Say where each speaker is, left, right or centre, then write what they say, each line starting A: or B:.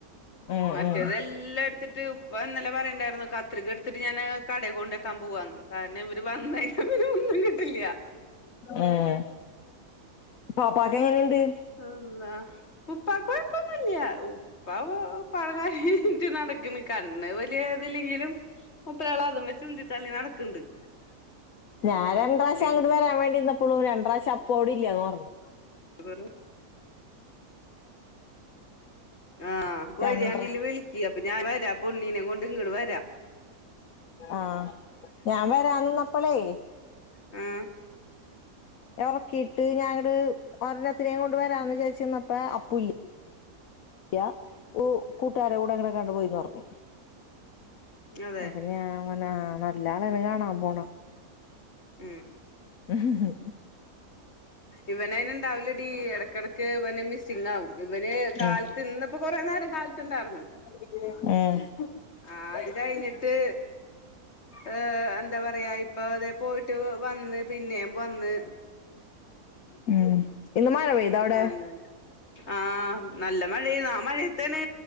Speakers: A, on the left; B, on the left.
A: ഉം
B: മറ്റേതെല്ലാം
A: ഉം
B: എടുത്തിട്ട് ഇപ്പ ഇന്നലെ പറയണ്ടായിരുന്നു കത്രിക എടുത്തിട്ട് ഞാൻ കടെ കൊണ്ടക്കാ പോവാൻ കാരണം ഇവര് വന്ന് കഴിഞ്ഞ പിന്നെ ഒന്നും കിട്ടില്ല
A: ഉം പാപ്പാക്ക് എങ്ങനെയുണ്ട്
B: ഉം ഉപ്പാക്ക് കൊഴപ്പോന്നുല്ല്യാ ഉപ്പ <unintelligible> എണീറ്റ് നടക്കണ് കണ്ണ് വലിയ ഇതില്ലെങ്കിലും മൂപ്പരാൾ അതും വെച്ചുന്തിത്തള്ളി നടക്കണ്ട്
A: ഞാൻ രണ്ട്രാശ്യം
B: പിന്നെ
A: അങ്ങട്ട് വരാൻ വേണ്ടി നിന്നപ്പോളും രണ്ട്രാശ്യം അപ്പു അവിടെ ഇല്ല്യാന്ന് പറഞ്ഞു
B: <unintelligible> ആഹ് <unintelligible>
A: രണ്ട്
B: വരിയാങ്കില് വിളിക്ക്‌ അപ്പൊ ഞാൻ വരാം അപ്പോ ഉണ്ണീനെ കൊണ്ട് ഇങ്ങട് വരാം
A: ആ ഞാൻ വരാൻ നിന്നപ്പളേ
B: ഉം
A: ഒറക്കീട്ട് ഞനങ്ങട് ഒരെണ്ണത്തിനേയും കൊണ്ട് വരാന്ന് വിചാരിച്ചിന്നപ്പ അപ്പുല്ല് യാ ഊ കൂട്ടുകാരെ കൂടെ എങ്ങടങ്ങാണ്ട് പോയീന്ന് പറഞ്ഞു
B: അതെ
A: അപ്പൊ ഞാൻ വന്ന് ആ നല്ല ആളെയാണ് കാണാൻ പോണ
B: ഉം
A: ഹ് ഹ്
B: ഇവനയിന് ഉണ്ടാവില്ലടി ഇടക്കിടയ്ക്ക് ഇവനെ മിസ്സിംഗ് ആവും ഇവന് കാലത്ത്
A: ഉം
B: ഇന്നിപ്പോ കൊറെ ഇത്രെയും നേരം കാലത്തുണ്ടായിരുന്നു
A: ഉം
B: ആഹ് അത് കഴിഞ്ഞിട്ട് ഏഹ് എന്താ പറയാ ഇപ്പൊ ദേ പോയിട്ട് വ ന്നേ പിന്നേം വന്ന്
A: ഉം ഇന്ന് മഴ പെയ്താ അവിടെ
B: അങ്ങനെ ആഹ് നല്ല മഴയാന്നു ആ മഴയത്താണ്